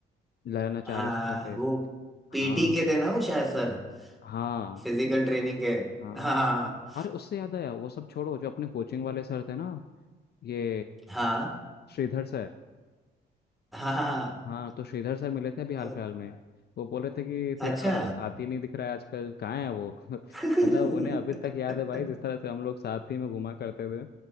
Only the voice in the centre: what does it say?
हाँ
वो
पीटी के थे ना वो शायद सर
फिजिकल ट्रेनिंग के
हाँ
हाँ
हाँ हाँ,
हाँ,
अच्छा
<laughs>
हाँ,